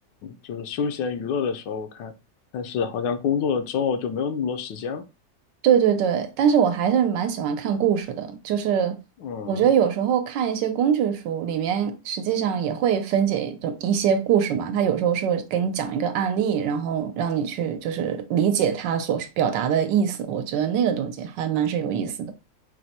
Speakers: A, on the left; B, on the right.
A: 就是休闲娱乐的时候看，但是好像工作了之后就没有那么多时间了。
B: 对对对，但是我还是蛮喜欢看故事的，就是
A: 嗯，
B: 我觉得有时候看一些工具书，里面实际上也会分解一种一些故事嘛，它有时候是会给你讲一个案例，然后让你去就是理解它所表达的意思，我觉得那个东西还蛮是有意思的。